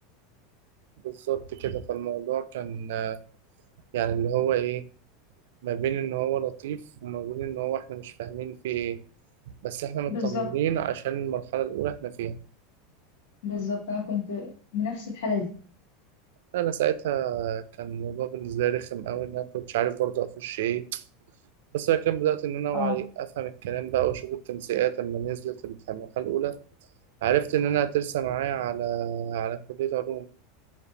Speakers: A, on the right (about 80°); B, on the left (about 80°).
A: بالظبط كده فالموضوع كان آه، يعني اللي هو إيه ما بين إن هو لطيف وما بين إن هو احنا مش فاهمين فيه إيه بس احنا مطمنين
B: بالظبط
A: عشان المرحلة الأولى احنا فيها
B: بالظبط انا كنت بنفس الحاله دي
A: أنا ساعتها كان الموضوع بالنسبة لي رخم أوي إن أنا كنتش عارف برضه أخش إيه بس أنا كان بدأت إن أنا أوعى
B: اه
A: أفهم الكلام بقى وأشوف التنسيقات لما نزلت في المرحلة الأولى عرفت إن أنا هترسى معايا على على كلية علوم